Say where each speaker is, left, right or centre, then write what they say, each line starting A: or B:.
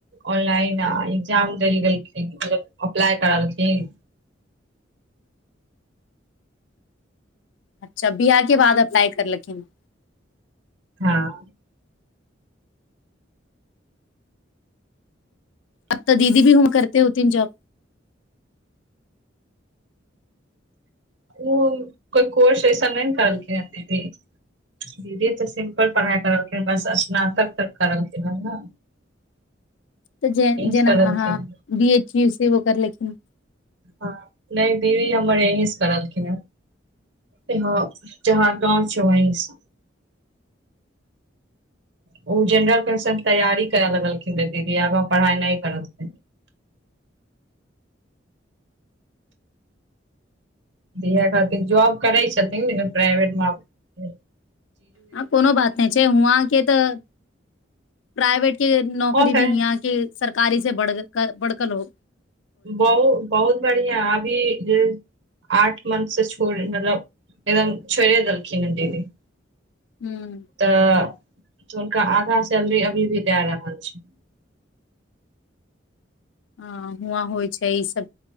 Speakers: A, on the right; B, on the left.
A: ऑनलाइन आ इग्जाम देल गेलखिन मतलब अप्लाइ करलखिन।
B: अच्छा बीयाह के बाद अप्लाइ करलखिन
A: हँ
B: अब तऽ दीदी भी हुं करते होथीन जॉब
A: ओ कोइ कोर्स ऐसन नहि ने करलखिन ह दीदी दीदी तऽ सिम्पल पढ़ाइ करलखिन बस स्नातक त करलखिन हन ना
B: तऽ जे जेना
A: से करलखिन
B: अहाँ
A: हन
B: बी एच यू सेहो करलखिन
A: हँ नै दीदी हमर यहीं से करलखिन हेँ हं जहाँ गाँंव छय वहीं स ओ जेनरल कंसंट के तैयारी करे लगलखिन दीदी आगा पढ़ाइ नै करलखिन दीहै खातिर जॉब करै छथिन लेकीन प्राइवेटमे आब नइ
B: हाँ कोनो बात नहि छै, हुआँ के तऽ प्राइवेट के नौकरी
A: ऑफ है
B: भी हिंयांके सरकारी से बढ़ बढ़क लो
A: बहु- बहुत बढ़िआँ अभी जे आठ मंथ से छोड़ मतलब एकदम छोइड़े देलखिन ह दीदी
B: हूँ
A: तऽ हुनका आधा सैलरी अभी भी दए रहल छैन
B: हं हुवां होइ छै ई सब